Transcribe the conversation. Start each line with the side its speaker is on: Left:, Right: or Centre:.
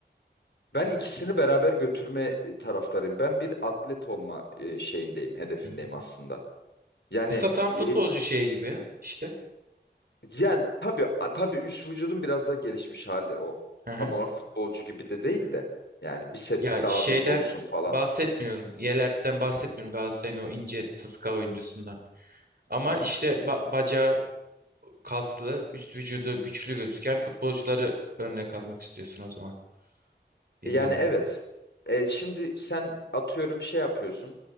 Left: Ben ikisini beraber götürme e, taraftarıyım. Ben bir atlet olma e, şeyindeyim, hedefindeyim
Right: Hı hı.
Left: aslında. Yani
Right: Aslında tam futbolcu
Left: e,
Right: şeyi gibi ya, işte.
Left: yani tabii a- tabii üst vücudun biraz daha gelişmiş hali o.
Right: Hı hı.
Left: Tam olarak futbolcu gibi de değil de yani biceps
Right: Ya
Left: daha
Right: şeyden
Left: büyük olsun falan.
Right: bahsetmiyorum. Yelert'ten bahsetmiyorum. Galatasaray'ın o ince sıska oyuncusundan. Ama
Left: Hı hı.
Right: işte ba- bacağı kaslı, üst vücudu güçlü gözüken futbolcuları örnek almak istiyorsun o zaman bir
Left: Yani
Right: nevi.
Left: evet. E, şimdi sen atıyorum şey yapıyorsun.